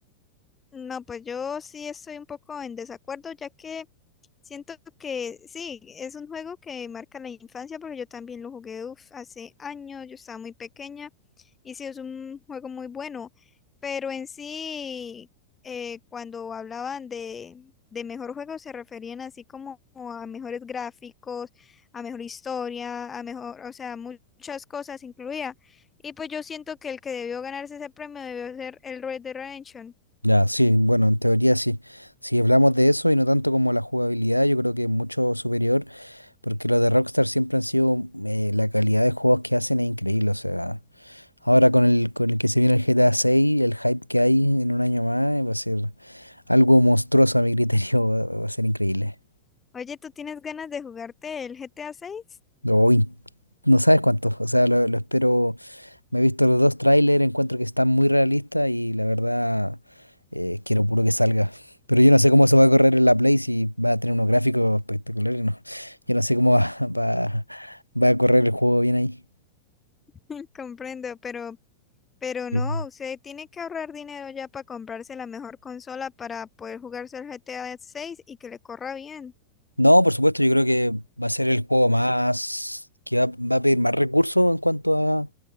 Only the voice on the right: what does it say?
Ya, sí, bueno, en teoría sí. Si hablamos de eso y no tanto como la jugabilidad, yo creo que es mucho superior. Porque lo de Rockstar siempre han sido, eh, la calidad de juegos que hacen es increíble, o sea, ahora con el, con el que se viene el GTA seis el hype que hay en un año más, eh, va a ser algo monstruoso a mi criterio, <laughs> va, va a ser increíble.
O in- no sabes cuántos, o sea, lo, lo espero, me he visto los dos trailers, encuentro que están muy realistas y la verdad eh, quiero puro que salga. Pero yo no sé cómo se va a correr en la Play si va a tener unos gráficos espectaculares, no. Yo no sé cómo va, <laughs> va va a correr el juego bien ahí.
Sí.
No, por supuesto, yo creo que va a ser el juego más, que va, va a pedir más recursos en cuanto a,